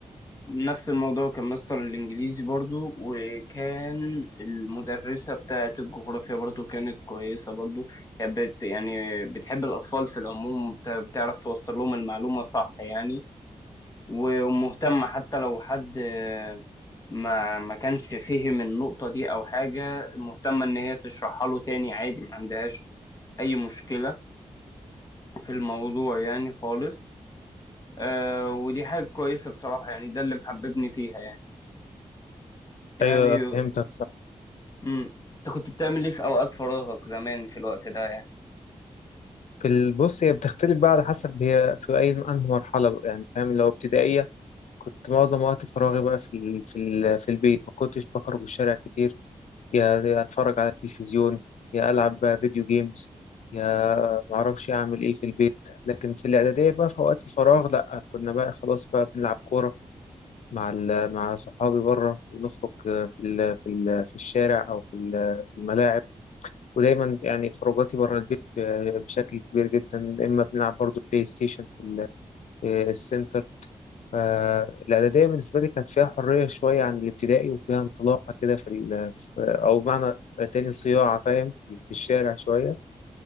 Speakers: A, on the left; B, on the left.
A: نفس الموضوع كان مستر الإنجليزي برضو وكان المدرسة بتاعة الجغرافيا برضو كانت كويسة برضو يعني بت يعني بتحب الأطفال في العموم بت- بتعرف توصل لهم المعلومة صح يعني و- ومهتمة حتى لو حد آه، ما ما كانش فهم النقطة دي أو حاجة مهتمة إن هي تشرحها له تاني عادي ما عندهاش أي مشكلة في الموضوع يعني خالص آه ودي حاجة كويسة بصراحة يعني ده اللي محببني فيها يعني يعني
B: أيوه فهمتك
A: امم انت كنت بتعمل ايه في اوقات فراغك زمان في الوقت ده يعني
B: في البص هي بتختلف بقى على حسب هي في أي أنهي مرحلة بقى يعني فاهم لو ابتدائية كنت معظم وقت فراغي بقى في ال- في ال- في البيت ما كنتش بخرج الشارع كتير يا يا أتفرج على التلفزيون يا ألعب بقى فيديو جيمز يا معرفش أعمل إيه في البيت لكن في الإعدادية بقى في وقت الفراغ لأ كنا بقى خلاص بقى بنلعب كورة مع ال- مع صحابي بره بنخرج آه، في ال- في ال- في الشارع أو في ال- في الملاعب ودايما يعني خروجاتي بره البيت آه، بشكل كبير جدا اما بنلعب برضو بلاي ستيشن في ال- في السنتر فالاعداديه بالنسبه لي كانت فيها حريه شويه عن الابتدائي وفيها انطلاقه كده في ال- في- او بمعنى تاني صياعه فاهم في الشارع شويه